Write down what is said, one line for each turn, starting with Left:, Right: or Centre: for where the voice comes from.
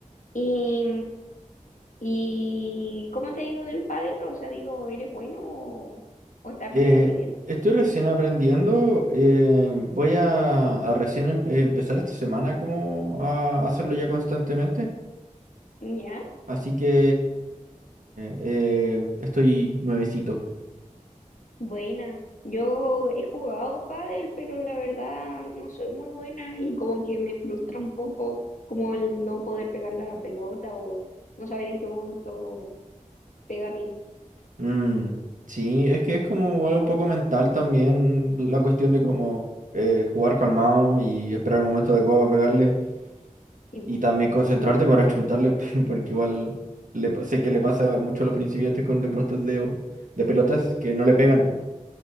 Left: ¿Y, ¿y cómo te ha ido el pádel? O sea, digo, ¿eres bueno o, o estás
Right: Eh,
Left: recién aprendiendo?
Right: estoy recién aprendiendo, eh, voy a, a recién em- eh, empezar esta semana como a hacerlo ya constantemente,
Left: ¿Ya?
Right: así que eh, estoy nuevecito.
Left: Buena, yo he jugado pádel, pero la verdad no soy muy buena y como que me frustra un poco como el no poder pegarle a la pelota o no saber en qué momento pegarle.
Right: Mm, sí, es que es como igual un poco mental también la cuestión de como eh, jugar calmado y esperar el momento adecuado para pegarle.
Left: Tipo,
Right: Y también concentrarte para chuntarle, <laughs> porque igual le pa- sé que le pasa mucho a los principiantes con deportes de, de pelotas que no le pegan, pues.